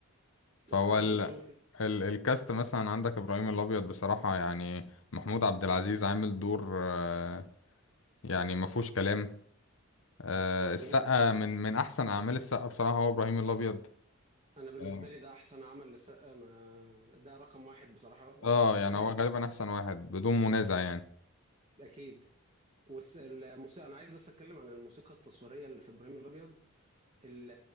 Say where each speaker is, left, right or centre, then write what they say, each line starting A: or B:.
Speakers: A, on the left; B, on the right.
A: فهو
B: اتكلم
A: ال...
B: شوف يعني.
A: ال... الكاست مثلا عندك ابراهيم الابيض بصراحة يعني محمود عبد العزيز عامل دور آه، يعني ما فيهوش كلام آه، السقا
B: مم.
A: من من احسن اعمال السقا بصراحة هو ابراهيم الابيض
B: انا بالنسبة
A: اه
B: لي ده احسن عمل للسقا ما ده رقم واحد بصراحة آه،
A: آه، يعني
B: في
A: هو غالبا احسن واحد بدون منازع يعني
B: اكيد والموسيقى انا عايز بس اتكلم عن الموسيقى التصويرية اللي في ابراهيم الابيض ال-